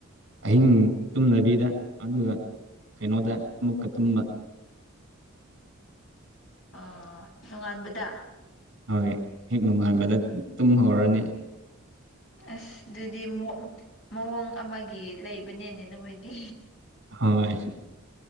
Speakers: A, on the right; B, on the left.
A: ꯑꯍꯤꯡ ꯇꯨꯝꯗꯕꯤꯗ ꯑꯗꯨꯒ ꯀꯩꯅꯣꯗ ꯑꯃꯨꯛꯀ ꯇꯨꯝꯕ
B: ꯑꯥ ꯅꯣꯡꯉꯥꯟꯕꯗ
A: ꯍꯣꯏ ꯍꯦꯛ ꯅꯣꯡꯉꯥꯟꯕꯗ ꯇꯨꯝꯍꯧꯔꯅꯤ
B: ꯑꯁ ꯑꯗꯨꯗꯤ ꯃꯣꯞ ꯃꯑꯣꯡ ꯑꯃꯒꯤ ꯂꯩꯕꯅꯦꯅꯦ ꯅꯣꯏꯗꯤ
A: ꯍꯣꯏ